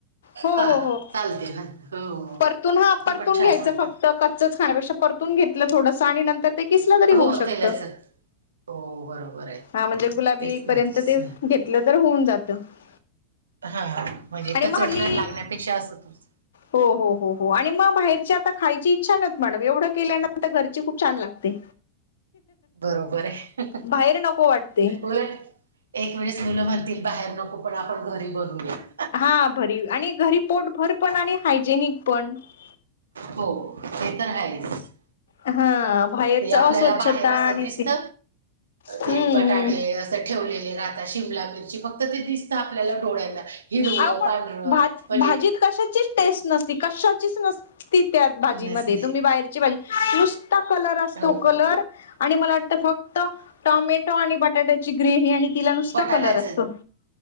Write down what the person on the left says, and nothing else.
हो
हो हो
परतून हा
परतून
घ्यायच
फक्त कच्च खाण्यापेक्षा परतून घेतलं थोडं आणि नंतर ते <unintelligible> सलं तरी होऊ
शकत
हा म्हणजे गुलाबी
पर्यंत
ते घ लं तर होऊन जात <unintelligible>
आणि
मग हल्ली
हो हो हो हो आणि मग बाहेरची आता खायची इच्छा नव्हत मॅडम एवढं केल्यानंतर घरची खूप छान लागते
बाहेर नको वाटते <unintelligible>
हा भरी आणि घरी पोटभर पण आणि हायजेनिक पण <unintelligible>
हा बाहेरच
अस्वच्छता
आणि
ते हम्म
हम्म
अहो पण
भा भाजीत
कशाचीच टेस्ट नसती कशाचीच नसती त्या भाजी
म तुम्ही बाहेरची भाजी कलर असतो
कलर आणि मला वाटत फक्त टमॅटो आणि बटाटे ची ग्रेवी आणि <unintelligible>
कलर असतो